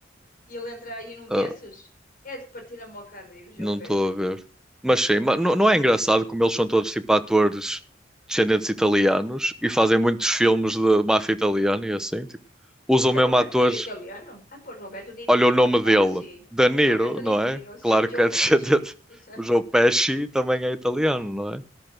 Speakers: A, on the left; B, in the centre.
A: E ele entra aí num
B: uh,
A: desses. É de partir a mó carreira, o João
B: Não
A: Pesci.
B: estou a ver. Mas sim, mas não não é engraçado como eles são todos tipo atores descendentes italianos e fazem muitos filmes de máfia italiana e assim, tipo, usam
A: Que
B: mesmo
A: é o Roberto
B: atores.
A: De Niro italiano? Ah, pô, Roberto De
B: Olha
A: Niro.
B: o nome dele,
A: Ah, sim.
B: De Niro,
A: Roberto
B: não
A: De
B: é?
A: Niro,
B: Claro
A: sim, Joe
B: que é <laughs> descendente.
A: Pesci. Isso é.
B: O Joe Pesci também é italiano, não é?